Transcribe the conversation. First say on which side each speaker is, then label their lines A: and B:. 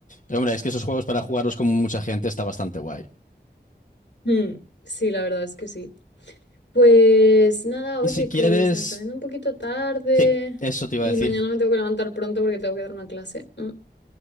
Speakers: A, on the left; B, on the left.
A: Hombre, es que esos juegos para jugarlos con mucha gente está bastante guay.
B: Mm, sí, la verdad es que sí. Pues nada,
A: Y
B: oye,
A: si quieres.
B: que se me está haciendo un poquito tarde
A: Sí, eso te
B: y
A: iba a decir.
B: mañana me tengo que levantar pronto porque tengo que dar una clase. Mm,